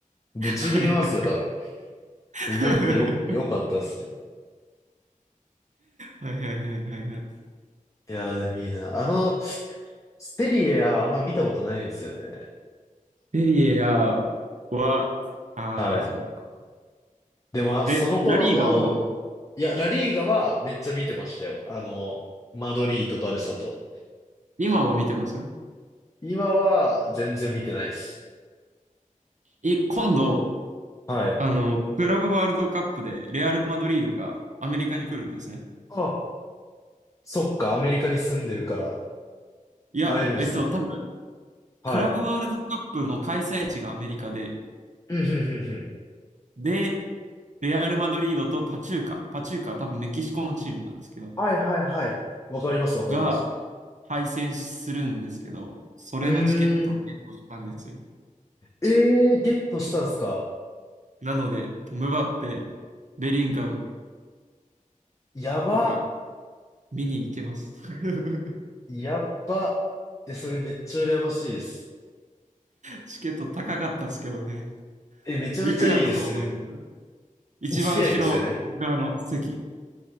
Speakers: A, on the left (about 25°); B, on the right (about 60°).
A: ぶち切れますよ、
B: はいはい
A: 多
B: <laughs>
A: 分。いなくてよ、よかったっすけど。
B: はいはいはいはいはい。
A: いやー、でもいいな。あの、セリエはあんま見たことないんですよね。
B: セリエ A は、ああ、
A: はい。
B: そうか。
A: でも、あその頃の、
B: え、ラリーガはどう
A: いや、ラリーガはめっちゃ見てましたよ。あの、マドリーとバルサと。
B: 今は見てます
A: 今は全然見てないです。
B: い、今度、
A: はい。
B: あの、クラブワールドカップでレアル・マドリードがアメリカに来るんですね。
A: あ、そっか、アメリカに住んでるから
B: いや、
A: 会えるんすね。
B: えっと、多分、
A: はい。
B: クラブワールドカップの開催地がアメリカで、
A: うん、うん、うん、うん。
B: で、レアル・マドリードとパチューカ、パチューカは多分メキシコのチームなんですけど、
A: はい、はい、はい。わかります、わかります。
B: が敗戦するんですけど、それのチケットをゲットしたんですよ。
A: うーん。えー、ゲットしたんすか
B: なので、ムバッペ、ベリンガム
A: やば、
B: とか見に行けます。<laughs>
A: やっば。え、それめっちゃ羨ましいです。
B: チケット高かったですけどね。
A: え、めちゃめちゃいいですね。
B: いくらだと思います一番後ろ側の席、
A: 1試合ですよね。